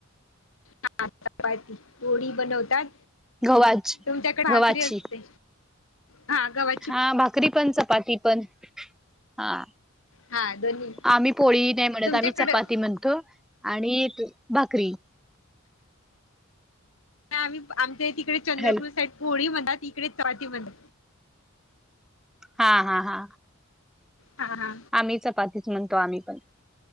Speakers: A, on the left (about 75°); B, in the centre.
A: हा चपाती पोळी बनवतात?
B: गव्हाची
A: तुमच्याकडे भाकरी
B: गव्हाची
A: असते हा गवा
B: हा भाकरी पण चपाती पण हा.
A: हा दोन्ही
B: आम्ही पोळी नाही म्हणत
A: तुमच्याकडे
B: आम्ही चपाती म्हणतो आणि भाकरी.
A: आम्ही आमच्या तिकडे चंद्रपूर
B: हॅलो
A: साईड पोळी मण तिकडे चपाती म्हणत.
B: हा हा हा!
A: हा हा
B: आम्हीच चपातीच म्हणतो आम्ही पण?